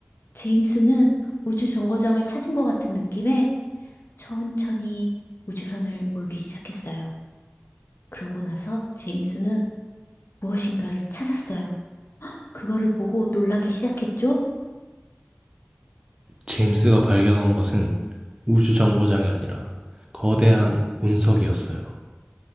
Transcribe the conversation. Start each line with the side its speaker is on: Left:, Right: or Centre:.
Left: 제임스는 우주 정거장을 찾은 것 같은 느낌에 천천히 우주선을 몰기 시작했어요. 그러고 나서 제임스는 무엇인가를 찾았어요. 그거를 보고 놀라기 시작했죠?
Right: 제임스가 발견한 것은 우주정거장이 아니라 거대한 운석이었어요.